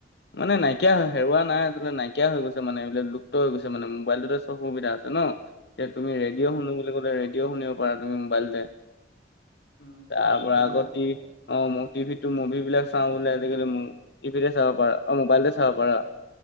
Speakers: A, on the left (about 60°); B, on the left (about 90°).
A: মানে নাইকিয়া
B: উম,
A: হয় হেৰুৱা নাই। নাইকিয়া হৈ গৈছে মানে এইবিলাক লুপ্ত হৈ গৈছে মানে মোবাইলটোতে চব সুবিধা আছে ন। এতিয়া তুমি ৰেডিঅ'
B: উম,
A: শুনু
B: উম,
A: বুলি কলে ৰেডিঅ' শুনিব পাৰা তুমি মোবাইলতে।
B: উম, চব
A: তাৰ পৰা
B: সুবিধা
A: আকৌ
B: আছে
A: টিভি
B: বাৰু।
A: অ' টিভিতো মুভি বিলাক চাওঁ বোলে আজিকালি টিভিতে চাব পাৰা অ' মোবাইলতে চাব পাৰা।